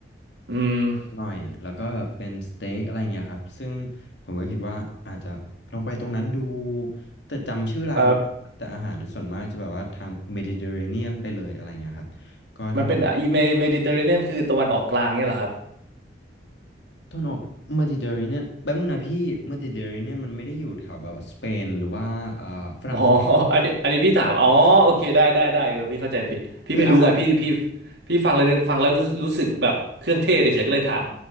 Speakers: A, on the right (about 70°); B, on the left (about 80°).
A: อืม
B: หน่อยแล้วก็เป็นสเต็กอะไรเงี้ยครับซึ่งผมก็คิดว่าอาจจะลองไปตรงนั้นดูแต่จำชื่อร้านไม่ได้ครับแต่อาหารส่วนมากจะแบบว่าทางเมดิเตอร์เรเนียนไปเลยอะไรเงี้ยครับ
A: ครับ
B: ก็ถ้าแบบ
A: มันเป็นอีเมดิเตอร์เรเนียนคือตะวันออกกลางเนี่ยเหรอครับ
B: ตะวันออกเมดิเตอร์เรเนียนแป๊บนึงนะพี่เมดิเตอร์เรเนียนมันไม่ได้อยู่แถวแบบว่าสเปนหรือว่าเอ่อฝรั่งเศส
A: อ๋อ <laughs> อันนี้อันนี้พี่ถาม อ๋อโอเคได้ได้ได้เออพี่เข้าใจผิด พี่ไม่รู้ไงพี่
B: คืออาหาร
A: พี่พี่ฟังเลยฟังแล้วรู้รู้สึกแบบเครื่องเทศเฉยๆก็เลยถาม